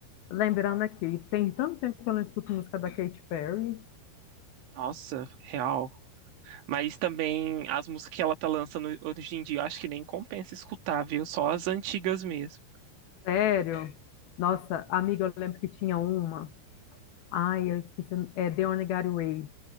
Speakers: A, on the left; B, on the right.
A: lembrando aqui. Tem tanto tempo que eu não escuto música da Katy Perry.
B: Nossa, real. Mas também as músicas que ela tá lançando hoje em dia, eu acho que nem compensa escutar, viu? Só as antigas mesmo.
A: Sério? Nossa, amiga, eu lembro que tinha uma. Ai, eu esqueci. É The Only Gateway.